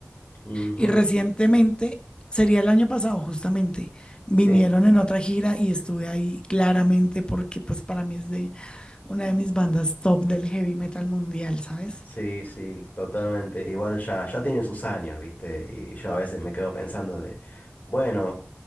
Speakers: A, on the left; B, on the left.
A: Ujú,
B: Y recientemente, sería el año pasado justamente, vinieron
A: sí.
B: en otra gira y estuve ahí claramente porque pues para mí es de una de mis bandas top del heavy metal mundial, ¿sabes?
A: Sí, sí, totalmente. Igual ya, ya tienen sus años, ¿viste? Y yo a veces me quedo pensando de, bueno,